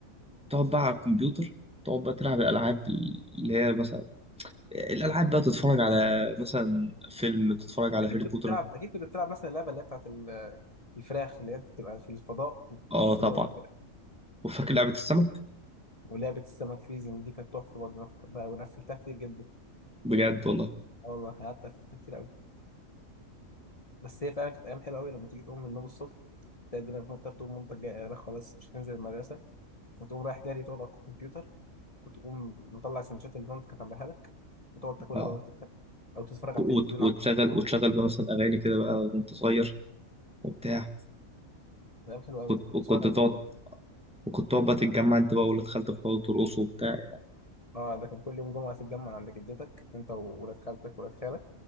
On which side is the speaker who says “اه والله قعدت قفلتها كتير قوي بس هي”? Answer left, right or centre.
Left